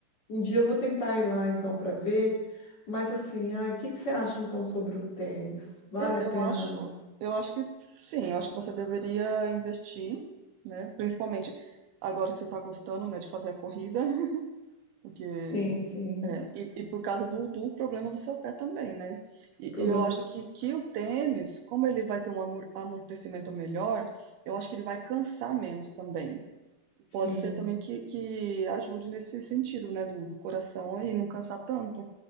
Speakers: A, on the left; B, on the right.
A: um dia eu vou tentar ir lá então para ver. Mas assim, ai, o que que você acha então sobre o tênis? Vale
B: Eu,
A: a
B: eu
A: pena?
B: acho, eu acho que sim, eu acho que você deveria investir, né? Principalmente agora que você está gostando, né, de fazer a corrida, <laughs> porque
A: Sim, sim.
B: é, e, e por causa do, do problema do seu pé também, né?
A: O
B: E,
A: problema,
B: e eu acho que, que o tênis, como ele vai ter um amor- amortecimento melhor, eu acho que ele vai cansar menos também.
A: sim.
B: Pode ser também que, que ajude nesse sentido, né, do, do coração aí, não cansar tanto.